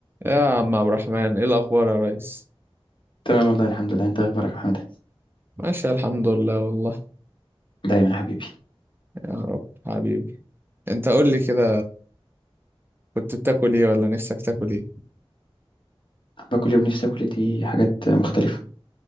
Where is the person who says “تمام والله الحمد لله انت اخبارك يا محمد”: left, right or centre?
Left